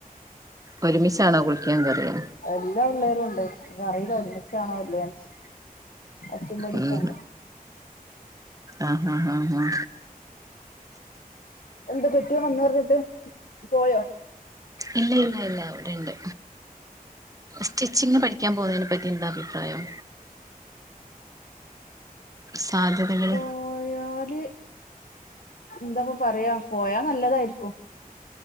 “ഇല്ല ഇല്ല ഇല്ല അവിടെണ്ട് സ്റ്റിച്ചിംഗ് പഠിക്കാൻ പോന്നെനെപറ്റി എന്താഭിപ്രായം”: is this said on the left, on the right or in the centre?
Right